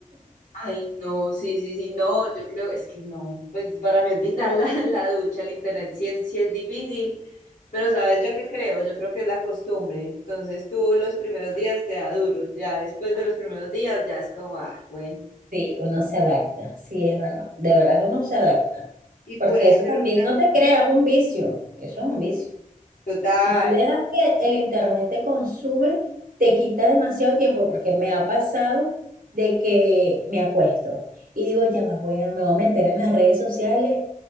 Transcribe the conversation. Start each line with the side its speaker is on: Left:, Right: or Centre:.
Left: Ay, no, sí, sí, sí, no, yo creo, es que no, pues para mí es vital <laughs> la, la ducha, el internet sí es, sí es difícil, pero sabes yo qué creo, yo creo que es la costumbre, entonces tú los primeros días te da duro, ya después de los primeros días ya es como, ah, bueno,
Right: Sí, uno se adapta, sí, es verdad. De verdad que uno se adapta,
Left: y puede
Right: porque eso
Left: ser
Right: también,
Left: una
Right: no te creas, es un vicio, eso es un vicio.
Left: total,
Right: Si tú dejas que el internet te consume, te quita demasiado tiempo, porque me ha pasado de que me acuesto y digo, ya va, voy a, me voy a meter en las redes sociales